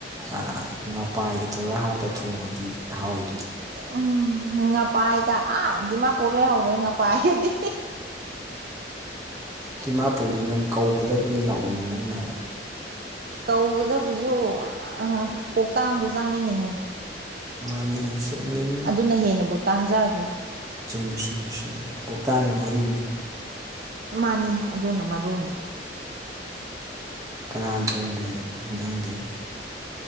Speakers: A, on the right; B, on the right.
A: ꯑ ꯉꯄꯥꯏꯒ ꯇꯧꯔ ꯍꯥꯞꯄ ꯊꯣꯡꯉꯗꯤ ꯍꯥꯎꯏ
B: ꯎꯝ ꯉꯄꯥꯏꯒ ꯑꯥ ꯗꯤꯃꯥꯄꯨꯔ ꯂꯩꯍꯧꯔꯦ ꯉꯄꯥꯏꯒꯗꯤ
A: ꯗꯤꯃꯥꯄꯨꯔꯗꯨ ꯅꯪ ꯀꯧꯒꯗꯕꯅꯦ ꯂꯥꯛꯑꯣꯅ ꯅꯪꯅ
B: ꯀꯧꯒꯗꯕꯁꯨ ꯑ ꯀꯣꯛꯇꯥꯡꯗꯣ ꯆꯪꯉꯤꯅꯦꯍꯦ
A: ꯃꯥꯅꯤ ꯆꯨꯝꯃꯤꯅꯤ
B: ꯑꯗꯨꯅ ꯍꯦꯟꯅꯕꯨ ꯇꯥꯡꯖꯈ꯭ꯔꯦ
A: ꯆꯨꯝꯃꯤ ꯆꯨꯝꯃꯤ ꯆꯨꯝꯃꯤ ꯀ‌ꯣꯛꯇꯥꯡꯅ ꯃꯔꯨꯅꯤ
B: ꯃꯥꯅꯤ ꯑꯗꯨꯅ ꯃꯔꯨꯅꯤ
A: ꯀꯅꯥꯟ ꯊꯣꯡꯒꯦ ꯏꯟꯖꯥꯡꯗ‌ꯦ